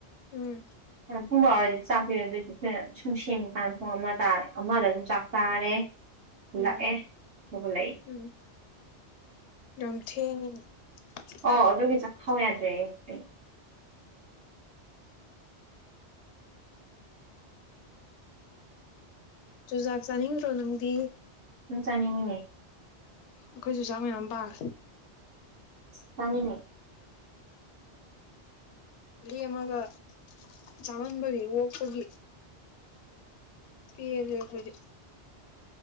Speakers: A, on the left; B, on the right.
A: ꯎꯝ
B: ꯄꯨꯡ ꯐꯥꯎꯔꯗꯤ ꯆꯥꯛ ꯄꯤꯔꯣ ꯑꯗꯨꯏꯁꯨ ꯑꯩꯈꯣꯏꯅ ꯁꯨꯝ ꯁꯦꯝꯃꯤꯀꯥꯟꯗ ꯄꯨꯡ ꯑꯃ ꯇꯥꯔꯦ ꯑꯃꯗ ꯑꯗꯨꯝ ꯆꯥꯛ ꯆꯥꯔꯦ
A: ꯎꯝ
B: ꯥꯛ ꯑꯦ ꯣꯛꯂꯥꯏ
A: ꯎꯝ ꯌꯥꯝ ꯊꯦꯡꯉꯤꯅꯦ ꯆꯨꯖꯥꯛ
B: ꯑꯣ ꯑꯗꯨꯒꯤ
A: ꯆꯥꯅꯤꯡꯉꯦ
B: ꯆꯥꯛꯈꯥꯎ ꯌꯥꯗ꯭ꯔꯦ ꯑꯩ
A: ꯔꯖ ꯆꯅꯤ ꯆꯣ ꯅꯪꯗꯤ
B: ꯁꯨꯝ ꯆꯥꯅꯤꯡꯉꯤꯅꯦ
A: ꯑꯩꯈꯣꯏꯁꯨ ꯆꯥꯛ ꯃꯌꯥꯝ ꯄꯥꯦ
B: ꯇꯉꯅꯦ
A: ꯔ ꯑꯃꯒ ꯆꯥꯝꯃꯟꯕꯒꯤ ꯑꯣꯛꯄꯒꯤ ꯐ ꯍꯧ